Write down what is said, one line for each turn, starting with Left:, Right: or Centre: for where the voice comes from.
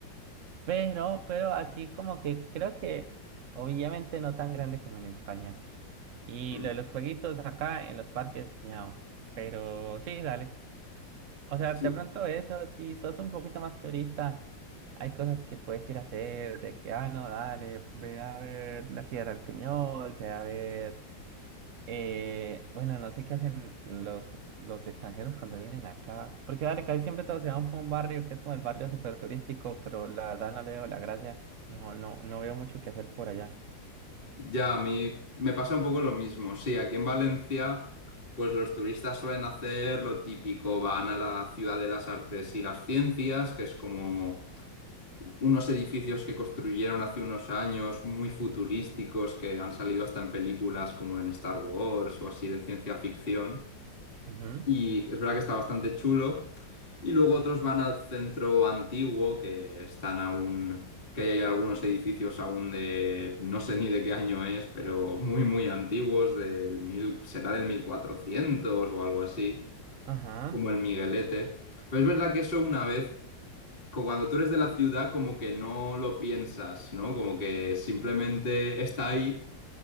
Right: Pero, pero así como que creo que obviamente no tan grande como en España. Y
Left: mm.
Right: lo de los jueguitos acá en los parques, ñao. Pero sí, dale. O sea,
Left: Sí.
Right: de pronto eso, si sos un poquito más turista, hay cosas que puedes ir a hacer, de que, ah, no, dale, ve a ver la Fiera del Peñol, ve a ver eh, bueno, no sé qué hacen los, los extranjeros cuando vienen acá, porque dale, casi siempre todos se van para un barrio que es como el barrio súper turístico, pero la verdad no le veo la gracia, no, no, no veo mucho que hacer por allá.
Left: Ya, a mí me pasa un poco lo mismo. Sí, aquí en Valencia, pues los turistas suelen hacer lo típico, van a la Ciudad de las Artes y las Ciencias, que es como unos edificios que construyeron hace unos años muy futurísticos que han salido hasta en películas como en Star Wars o así de ciencia ficción.
Right: Ujú.
Left: Y es verdad que está bastante chulo. Y luego otros van al centro antiguo que están aún, que ahí hay algunos edificios aún de, no sé ni de qué año es, pero muy, muy antiguos, del mil, será del 1400 o algo así,
Right: Ajá,
Left: como el Miguelete. Pero es verdad que eso una vez co- Cuando tú eres de la ciudad, como que no lo piensas, ¿no? Como que simplemente está ahí